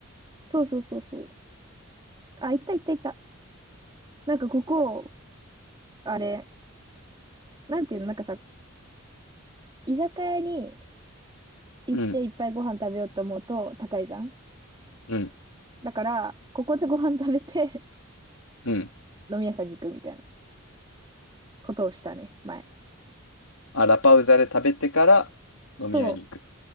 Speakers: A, on the right; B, on the left.
A: そうそうそうそう。あ、行った行った行った。なんかここ、あれ、なんていうの、なんかさ、居酒屋に行っていっぱいご飯食べようと思うと高いじゃん。
B: うん。うん。
A: だから、ここでご飯食べて
B: うん。
A: <laughs> 飲み屋さんに行くみたいなことをしたね、前。
B: あ、ラパウザで食べてから飲み屋に行く。
A: そう、